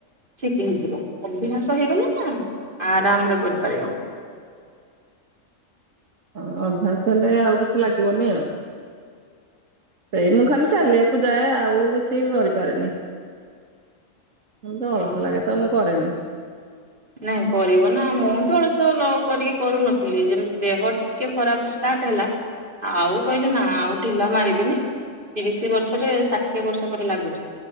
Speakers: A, on the right (about 40°); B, on the right (about 70°).
A: ଠିକ ହେଇଯିବ ଅଭ୍ୟାସ ହେଇଗଲେ ନା ଆରାମରେ କରିପାରିବ। <inaudible>
B: ହଁ ଅଭ୍ୟାସ ହେଲେ ଆଉ କିଛି ଲାଗିବନି ଆଉ। <inaudible> ସେଇ ମୁଁ ଖାଲି ଚାଲିବାକୁ ଯାଏ। ଆଉ କିଛି କରିପାରେନି। ମୁଁ ତ ଅଳସ
A: ହଁ।
B: ଲାଗେ ତ ମୁଁ କରେନି।
A: ନାଇଁ କରିବ ନା ମୁଁ ତ ଅଳସ ଲ କରିକି କରୁନଥିଲି। ଯେମିତି ଦେହ ଟିକେ ଖରାପ ଷ୍ଟାର୍ଟ ହେଲା ଆଉ କହିବି ନା ଆଉ ଢିଲା ମାରିବିନି ତିରିଶ ବର୍ଷରେ ଷାଠିଏ ବର୍ଷ ପରେ ଲାଗୁଛି।